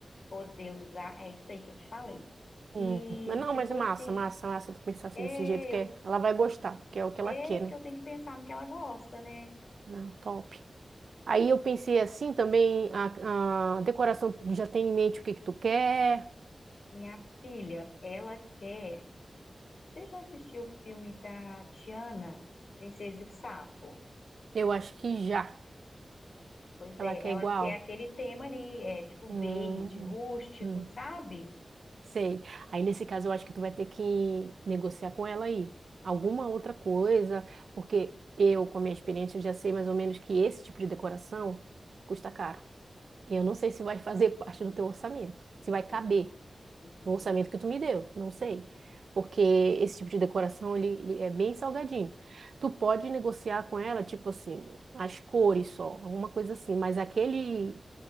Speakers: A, on the left; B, on the right.
A: poder usar, é isso aí que eu te falei. E,
B: Hum, Mas não,
A: tipo
B: mas é massa,
A: assim,
B: massa, massa tu pensar assim
A: é,
B: desse jeito,
A: eu,
B: que é- ela vai gostar, que é o que ela
A: é
B: quer,
A: porque
B: né?
A: eu tenho que pensar no que ela gosta, né?
B: Não, top. Aí eu pensei assim também, a, a decoração, tu já tem em mente o que que tu quer?
A: Minha filha, ela quer. Você já assistiu o filme da Tiana, Princesa e o Sapo?
B: Eu acho que já.
A: Pois
B: Ela
A: é,
B: quer
A: ela
B: igual?
A: quer aquele tema ali, é tipo verde,
B: Hum,
A: rústico,
B: hum,
A: sabe?
B: sei. Aí nesse caso eu acho que tu vai ter que negociar com ela aí. Alguma outra coisa, porque eu, com a minha experiência, já sei mais ou menos que esse tipo de decoração custa caro. e Eu não sei se vai fazer parte do teu orçamento, se
A: Entendi.
B: vai caber.
A: Uhum.
B: no orçamento que tu me deu, não sei. Porque esse tipo de decoração, ele, ele é bem salgadinho. Tu pode negociar com ela, tipo assim, as cores só, alguma coisa assim, mas aquele,